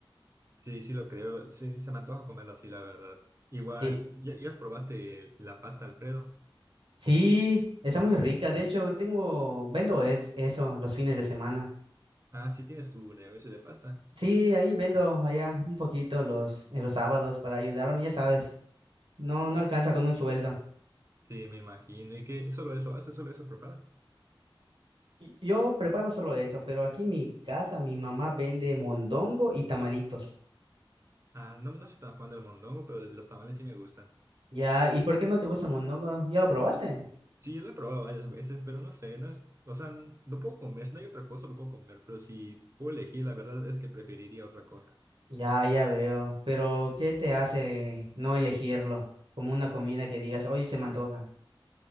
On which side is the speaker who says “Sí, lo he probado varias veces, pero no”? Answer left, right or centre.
Right